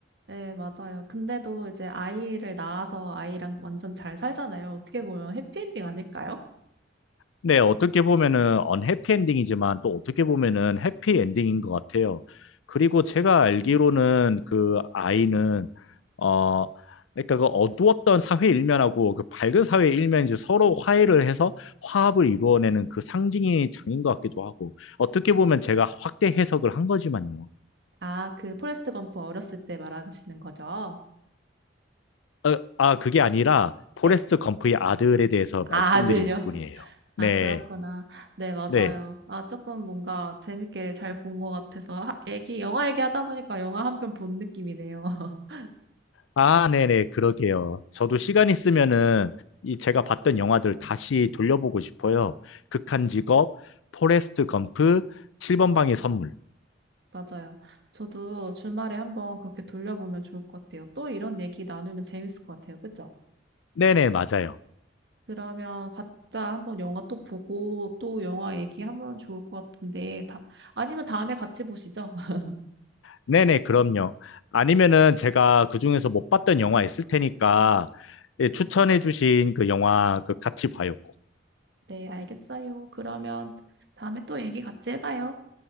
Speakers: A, on the right; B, on the left.
A: 네, 맞아요. 근데도 이제 아이를 낳아서 아이랑 완전 잘 살잖아요. 어떻게 보면 해피엔딩 아닐까요?
B: 네, 어떻게 보면은 언해피 엔딩이지만 또 어떻게 보면은 해피 엔딩인 것 같아요. 그리고 제가 알기로는 그 아이는 어 그러니까 그 어두웠던 사회 일면하고 그 밝은 사회 일면이 이제 서로 화해를 해서 화합을 이루어내는 그 상징이 장인 것 같기도 하고 어떻게 보면 제가 확대 해석을 한 거지만요.
A: 아, 그 포레스트 검프 어렸을 때 말하시는 거죠?
B: 어, 아, 그게 아니라 포레스트
A: 네.
B: 검프의 아들에 대해서
A: 아,
B: 말씀드린
A: 아들요.
B: 부분이에요.
A: <laughs>
B: 네,
A: 아, 그렇구나. 네, 맞아요.
B: 네.
A: 아, 조금 뭔가 재밌게 잘 본 것 같아서 하, 얘기, 영화 얘기하다 보니까 영화 한 편 본 느낌이네요. <laughs>
B: 아, 네네, 그러게요. 저도 시간 있으면은 이 제가 봤던 영화들 다시 돌려보고 싶어요. 극한 직업, 포레스트 검프, 7번 방의 선물.
A: 맞아요. 저도 주말에 한번 그렇게 돌려보면 좋을 것 같아요. 또 이런 얘기 나누면 재밌을 것 같아요. 그죠?
B: 네네, 맞아요.
A: 그러면 각자 한번 영화 또 보고 또 영화 얘기하면 좋을 것 같은데 다, 아니면 다음에 같이 보시죠. <laughs>
B: 네네, 그럼요. 아니면은 제가 그중에서 못 봤던 영화 있을 테니까 예, 추천해 주신 그 영화 그 같이 봐요. 꼭.
A: 네, 알겠어요. 그러면 다음에 또 얘기 같이 해봐요.